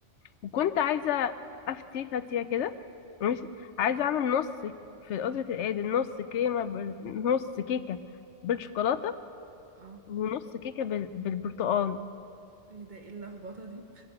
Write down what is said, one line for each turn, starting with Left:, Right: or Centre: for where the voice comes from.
Left: وكنت عايزه افتي فاتيه كده ماشي عايزه اعمل نص في قدره القادر نص كريمه بال- نص كيكه بالشوكولاته
Right: اه
Left: ونص كيكة بال- بالبرتقال
Right: ايه ده ايه اللخبطه دي